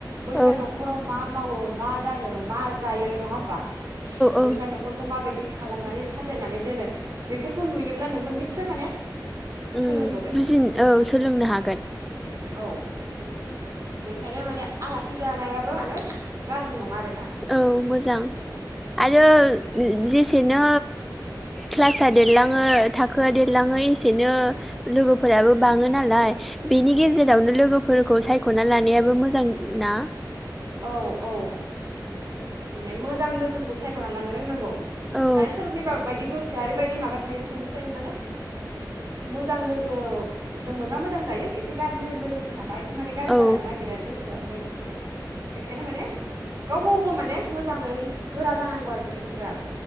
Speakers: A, on the right; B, in the centre.
A: बैसानाव
B: औ
A: मा मावो मा दाङो मा जायो नङा होमबा? बैस्रा
B: औ
A: नख'रखौ माबायदि खालामनानै साजायनानै दोनो बेफोरखौ नुयोब्ला नोंबो निस्सय माने
B: उम
A: सोलोंबोगोन
B: बुजिन औ सोलोंनो हागोन।
A: औ बेखायनो माने आलासि जानायाबो बो माने गाज्रि नङा आरो
B: औ मोजां आरो उम जेसेनो क्लासआ देरलाङो थाखोआ देरलाङो एसेनो लोगोफोराबो बाङो नालाय बेनि गेजेरावनो लोगोफोरखौ सायख'ना लानायाबो मोजां ना।
A: औ औ। माने मोजां लोगोखौ सायख'नानै लानो रोंनांगौ।
B: औ
A: माने सोरनिबा बायदि गोसोआ ओरै बायदि माबा थायो माने मोजां लोगोजों मोनबा मोजां जायो एसे गारजि लोगोजों थाबा एसे माने गाज्रि
B: औ
A: जालांनो नागिरो आरो गोसोआ माने बिदि थायो बेखायनो माने गाव गावबो माने मोजाङै गोरा जानांगौ आरो गोसो फोरा